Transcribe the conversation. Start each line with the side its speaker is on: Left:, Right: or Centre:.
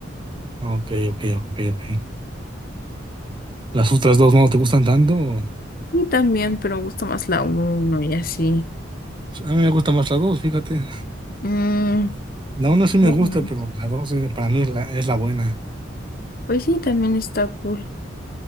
Right: Ok, ok, ok, ok. ¿Las otras dos no te gustan tanto? o?
Left: Y también, pero me gusta más la uno y así.
Right: A mí me gusta más la dos, fíjate.
Left: Mm,
Right: La uno sí me
Left: más
Right: gusta,
Left: o menos.
Right: pero la dos eh, para mí es la, es la buena.
Left: Pues sí, también está cool.